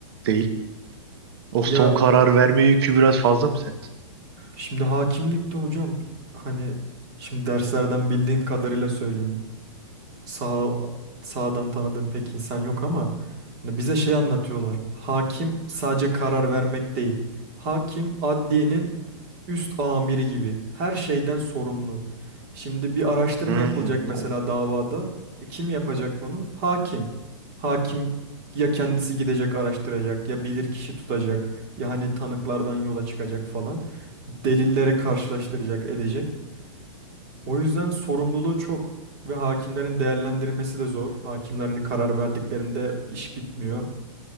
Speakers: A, on the right; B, on the right.
A: değil? O
B: Ya
A: son karar verme yükü biraz fazla mı sert?
B: Şimdi hakimlikte hocam hani şimdi derslerden bildiğim kadarıyla söyleyeyim sağ sağdan tanıdığım pek insan yok ama hani bize şey anlatıyorlar. Hakim sadece karar vermek değil. Hakim adliyenin üst amiri gibi. Her şeyden sorumlu. Şimdi bir araştırma
A: Hmm.
B: yapılacak
A: no.
B: mesela davada. E, kim yapacak bunu? Hakim. Hakim ya kendisi gidecek araştıracak ya bilirkişi tutacak ya hani tanıklardan yola çıkacak falan. Delilleri karşılaştıracak edecek. O yüzden sorumluluğu çok ve hakimlerin değerlendirmesi de zor. Hakimlerin karar verdiklerinde iş bitmiyor.